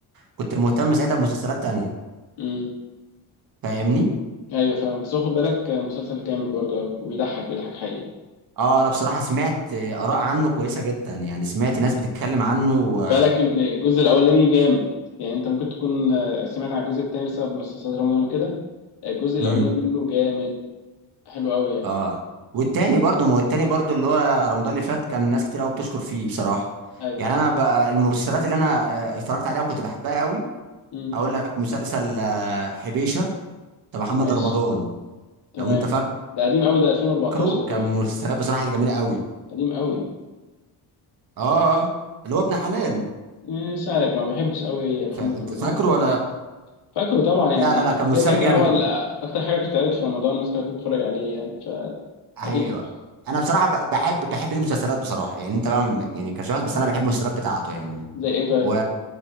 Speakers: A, on the right; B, on the left.
A: كنت مهتم ساعتها بمسلسلات تانية
B: امم
A: فاهمني
B: ايوه فاهم بس هو خد بالك مسلسل جامد برضو قوي ويضحك بيضحك حقيقي
A: اه انا بصراحه سمعت آه، اراء عنه كويسه جدا يعني سمعت ناس بتتكلم عنه و...
B: خد بالك ان الجزء الاولاني جامد يعني انت ممكن تكون آه، سمعت عن الجزء التاني بسبب مسلسلات رمضان وكده الجزء الاولاني
A: امم
B: منه جامد حلو قوي يعني
A: اه والتاني برضو ما هو التاني برضو اللي هو رمضان اللي فات كان ناس كتير قوي بتشكر فيه بصراحه
B: ايوه
A: يعني انا بقى المسلسلات اللي انا آه، اتفرجت عليها وكنت بحبها قوي
B: امم
A: اقول لك مسلسل آه، حبيشه بتاع محمد
B: ماشي
A: رمضان
B: تمام
A: لو انت
B: ده قديم قوي ده 2014
A: فاكره
B: ده
A: كان
B: ولا
A: مسلسلات
B: كام
A: بصراحه اللي جميله قوي
B: قديم قوي
A: اه آه، اللي هو ابن حلال
B: مش عارف ما بحبش قوي يا محمد
A: فانت
B: رمضان
A: فاكره
B: يعني
A: ولا
B: فاكره طبعا يعني
A: لا
B: كان
A: لا لا كان
B: كده
A: مسلسل
B: كده كان
A: جامد
B: هو ال- اكتر حاجه بتتعرض في رمضان الناس كلها كانت بتتفرج عليه يعني
A: ايوه
B: فاكيد شفته
A: انا بصراحه ب- بحب بحب ليه مسلسلات بصراحه يعني انت بقى م- يعني كشخص بس انا بحب المسلسلات بتاعته يعني
B: زي ايه طيب
A: و